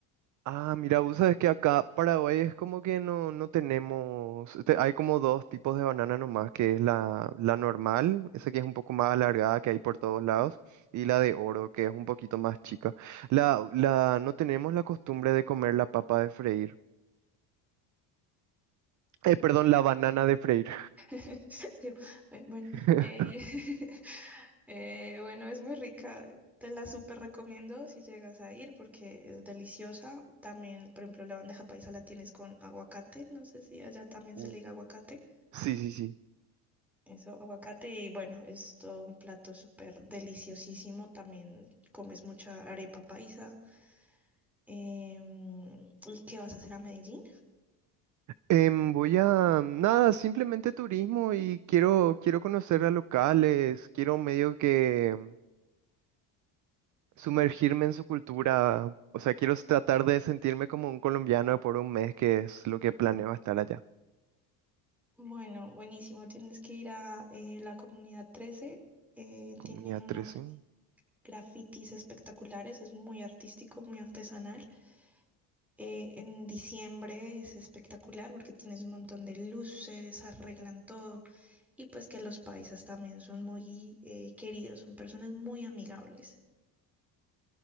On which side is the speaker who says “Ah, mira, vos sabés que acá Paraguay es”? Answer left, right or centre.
Right